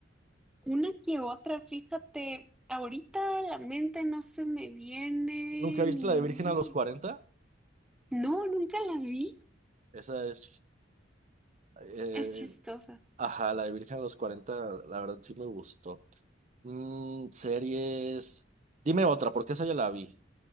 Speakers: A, in the centre; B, on the right (about 40°).
A: Una que otra, fíjate, ahorita a la mente no se me viene
B: ¿Nunca viste
A: ninguna.
B: la de Virgen a los cuarenta
A: No, nunca la vi.
B: Esa es. eh,
A: Es chistosa.
B: Ajá, la de Virgen a los 40 la verdad sí me gustó. Mm, series. Dime otra, porque esa ya la vi.